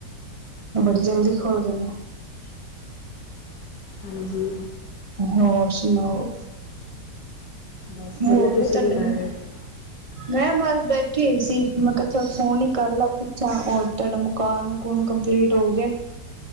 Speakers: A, on the right (about 35°); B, on the left (about 80°).
A: ਬੜੀ ਜਲਦੀ ਖੋਲ ਗਏ ਨੇ
B: ਹਾਂਜੀ
A: ਹੋਰ ਸੁਣਾਓ
B: ਬਸ ਵਧੀਆ
A: ਹੋ
B: ਤੁਸੀਂ
A: ਗਏ ਤੁਹਾਡੇ
B: ਕੀ ਕਰ ਰਹੇ ਸੀ।
A: ਮੈਂ ਬਸ ਬੈਠੀ ਹੀ ਸੀ ਮੈਂ ਕਿਹਾ ਚਲ ਫੋਨ ਹੀ ਕਰ ਲਾ ਪੁੱਛਾਂ <unintelligible> ਕਾਨੂ ਕੂਨ ਕੰਪਲੀਟ ਹੋ ਗਏ